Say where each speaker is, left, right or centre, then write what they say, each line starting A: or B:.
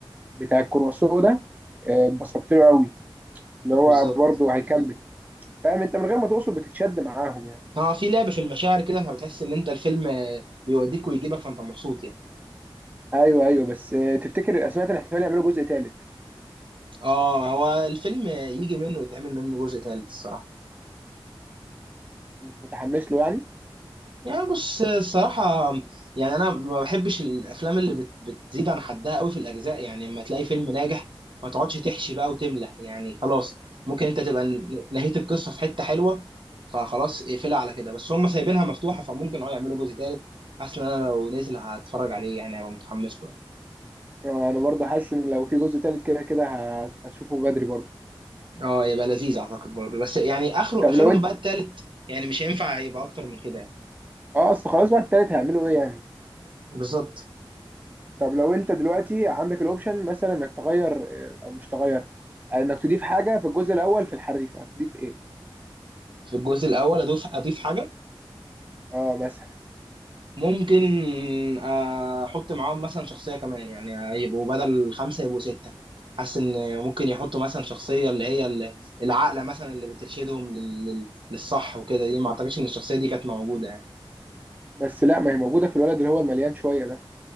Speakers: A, on the right; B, on the right.
A: بتاع الكرواسون ده آه، اتبسطت له قوي اللي هو
B: بالظبط
A: برضه هيكمل فاهم انت من غير ما توصل بتتشد معاهم يعني
B: اه في لعب في المشاعر كده فبتحس ان انت الفيلم آه، بيوديك ويجيبك فانت مبسوط يعني
A: ايوه ايوه بس آه، تفتكر الاسماء ده احتمال يعملوا جزء ثالث
B: اه هو الفيلم يجي منه ويتعمل منه جزء ثالث الصراحه
A: متحمس له يعني
B: يعني بص الصراحه يعني انا ما بحبش الافلام اللي بت بتزيد عن حدها قوي في الاجزاء يعني لما تلاقي فيلم ناجح ما تقعدش تحشي بقى وتملى يعني خلاص ممكن انت تبقى نهيت القصه في حته حلوه فخلاص اقفلها على كده بس هم سايبينها مفتوحه فممكن اه يعملوا جزء ثالث حاسس ان انا لو نزل هتفرج عليه يعني هبقى متحمس له
A: آه، انا برضه حاسس ان لو في جزء ثالث كده كده هت- هتشوفه بدري برضه
B: اه يبقى لذيذ اعتقد برضه بس يعني اخره
A: طب
B: اخرهم
A: لو انت
B: بقى التالت يعني مش هينفع يبقى اكتر من كده يعني
A: اه اصل خلاص بعد الثالث هيعملوا ايه يعني
B: بالظبط
A: طب لو انت دلوقتي عندك الاوبشن مثلا انك تغير آه، او مش تغير آه، انك تضيف حاجه في الجزء الاول في الحريفه هتضيف ايه
B: في الجزء الاول اضيف اضيف حاجه
A: اه مثلا
B: ممكن آه، احط معاهم مثلا شخصيه كمان يعني يبقوا بدل خمسه يبقوا سته حاسس ان ممكن يحطوا مثلا شخصيه اللي هي ال- العاقله مثلا اللي بترشدهم لل- لل- للصح وكده دي ما اعتقدش ان الشخصيه دي كانت موجوده يعني
A: بس لا ما هي موجوده في الولد اللي هو المليان شويه ده